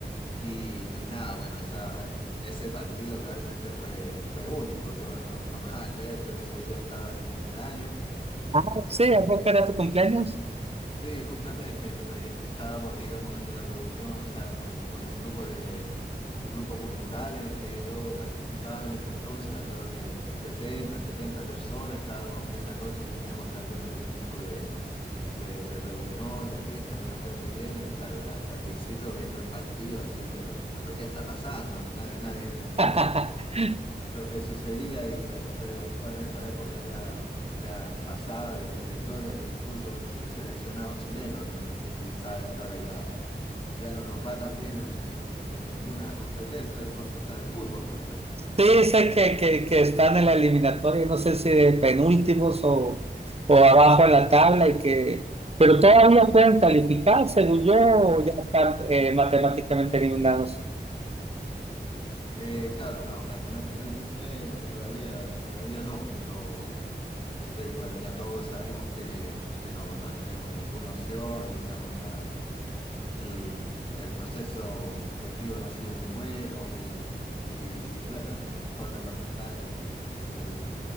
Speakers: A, on the left (about 30°); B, on the right (about 35°).
A: Y, y nada, bueno, esa, ese partido realmente fue, fue único. Yo no, no me vas a creer, pero ese día estaba de cumpleaños. <laughs>
B: Ah, sí, ¿a poco era tu cumpleaños?
A: Sí, justamente, pero ahí estábamos, digamos, en una reunión, o sea, con, con un grupo de un grupo cultural en el que yo participaba en ese entonces, alrededor de 60 70 personas, estábamos, esa noche teníamos también algún tipo de, de, de reunión, de fiesta, no recuerdo bien, y claro, la- al principio viendo el partido así, pero, pero ¿qué está pasando? <laughs> Nadie, nadie entendía
B: <laughs>
A: lo que sucedía y bueno, fue, fue en esa época ya, ya pasada de, de glorias del fútbol del seleccionado chileno. No, no sé si sabes que ahora ya, ya no nos va tan bien en, en- en ninguna competencia, de, o sea, de fútbol por lo menos.
B: Sí, sé que, que, que están en la eliminatoria, no sé si de penúltimos o, o abajo en la tabla, y que, pero todavía pueden calificar, según yo, o ya están eh, matemáticamente eliminados.
A: Eh, claro, no, matemáticamente todavía, todavía no, pero es decir, bueno, ya todos sabemos que, que no, no tenemos ninguna opción, digamos, la, el, el proceso deportivo no ha sido muy bueno y, y, y bueno, en el mejor de los casos decidí-